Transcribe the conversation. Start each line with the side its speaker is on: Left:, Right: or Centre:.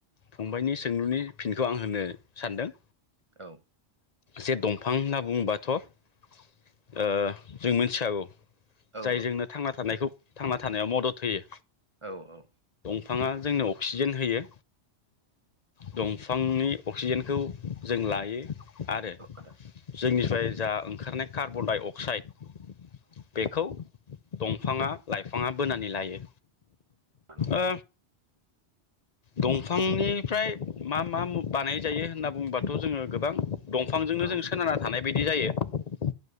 Left: फंबायनि सा सोंलुनि फिनखौ आं होननो सानदों।
Right: औ।
Left: जे दंफां होनना बुङोबाथ' ओ जों मिथिखागौ।
Right: औ
Left: जायजोंनो थांना थानायखौ थांना थानायाव मदद होयो।
Right: औ औ।
Left: बिफाङा जोंनो अक्सिजेन होयो। दंफांनि अक्सिजेनखौ जों लायो। आरो
Right: आदा औ आदा
Left: जोंनि ओमफ्राय जा ओंखारनाय कार्बन डाइ अक्साइड बेखौ दंफाङा लाइफाङा बोनानै लायो।
Right: नंगौ
Left: ओ दंफांनिफ्राय मा मा बानाय जायो होनना बुंङोबाथ' जोङो गोबां दंफांजोंनो
Right: औ
Left: जों सोनारा थानाय। बिदि जायो।